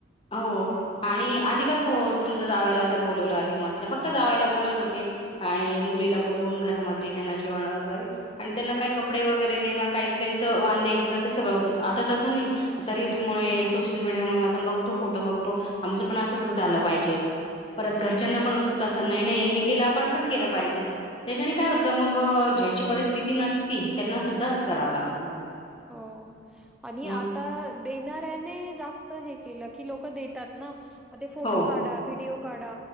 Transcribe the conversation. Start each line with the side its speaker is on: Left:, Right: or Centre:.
Left: हो
Centre: खूप.
Left: आणि आधी कस हो समजा जावयाला जर बोलवलं अधिक मासला फक् क्त जावयाला बोलवत होते. आणि मुलीला बोलून घरामध्ये त्यांना जेवण वगैरे आणि त्यांना काय कप पडे वगैरे देण काय त्यानंच वाण द्यायच ते सगळं होतं आता तस नाही आता रील्स मुळे सोशल मीडिया मुळं आपण बघतो. फोटो बघतो. आमच पण असच झालं पाहिजेल परत घरच्यांना पण उत्सु तसं नाही नाही यांनी केलं आपण पण केलं पाहिजे त्याच्यानी काय होतं मग ज्याची परिस्थिती नसती त्यांना सुद्धा असं करावं लागतं ना
Centre: हो आणि
Left: म
Centre: आता देणाऱ्याने जास्त हे केल की लोक देतात ना म ते फोटो
Left: हो
Centre: काढा. व्हिडओ काढा.